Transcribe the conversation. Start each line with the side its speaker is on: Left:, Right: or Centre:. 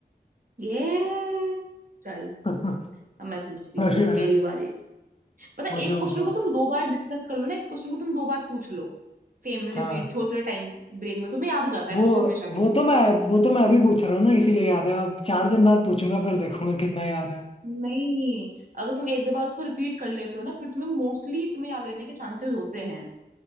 Right: ये चल
Left: <laughs>
Right: अब मैं पूछती
Left: अरे
Right: हूँ
Left: अरे
Right: मेरी बारी पता है,
Left: पूछो
Right: एक क्वेश्चन
Left: पूछो
Right: को तुम दो बार डिस्कस कर लो ना एक क्वेश्चन को तुम दो बार पूछ लो सेम
Left: हाँ
Right: रिपीट थोड़े थोड़े टाइम ब्रेक में तुम्हें याद हो जाता
Left: वो
Right: है फिर वो हमेशा के
Left: वो
Right: लिए
Left: तो मैं वो तो मैं अभी पूछ रहा हूँ ना इसीलिए याद है अब चार दिन बाद पूछूंगा फिर देखूंगा कितना याद है
Right: नहीं अगर तुम एक दो बार उसको रिपीट कर लेते हो ना फिर तुम्हें मोस्टली तुम्हें याद रहने के चांसेस होते हैं